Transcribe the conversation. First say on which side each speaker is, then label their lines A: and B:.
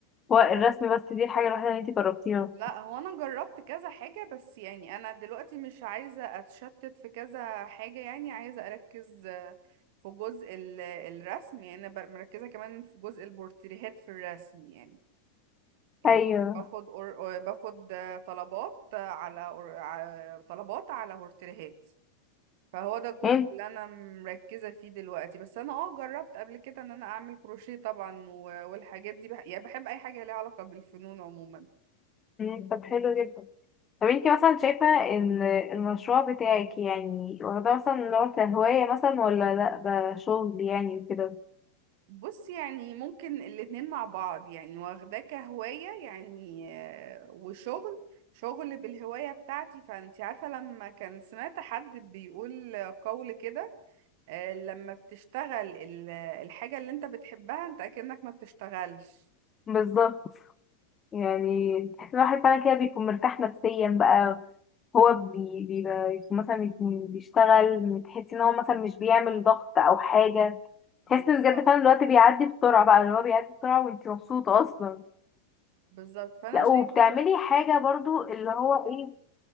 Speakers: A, on the left; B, on the right.
A: هو الرسم بس دي الحاجة الوحيدة اللي انتي جربتيها
B: لا هو انا جربت كذا حاجة بس يعني انا دلوقتي مش عايزة اتشتت في كذا حاجة يعني عايزة اركز آه، في جزء ال- الرسم يعني انا بر- مركزة كمان في جزء البورتريهات في الرسم يعني يعني
A: ايوه
B: باخد أور... باخد آه، طلبات على أور... على- طلبات على بورتريهات فهو ده الجزء
A: انت
B: اللي انا مركزة فيه دلوقتي بس انا اه جربت قبل كده ان انا اعمل كروشيه طبعا و- والحاجات دي بح... يعني بحب اي حاجة ليها علاقة بالفنون عموما
A: مم، طب حلو جدا طب انتي مثلا شايفة ان المشروع بتاعك يعني واخداه مثلا نوع كهواية مثلا ولا لا ده شغل يعني وكده
B: بص يعني ممكن الاتنين مع بعض يعني واخداه كهواية يعني آه، وشغل شغل بالهواية بتاعتي فانت عارفة لما كان سمعت حد بيقول قول كده آه، لما بتشتغل ال- الحاجة اللي انت بتحبها انت اكنك ما بتشتغلش
A: بالظبط يعني الواحد فعلا كده بيكون مرتاح نفسيا بقى هو بي- بيبقى مثلا يكون بيشتغل تحس ان هو مثلا مش بيعمل ضغط او حاجة
B: بالظبط
A: تحس ان بجد فعلا الوقت بيعدي بسرعة بقى اللي هو بيعدي بسرعة وانتي مبسوطة اصلا
B: بالظبط فانا
A: لا
B: شايفة
A: وبتعملي حاجة برضو اللي هو ايه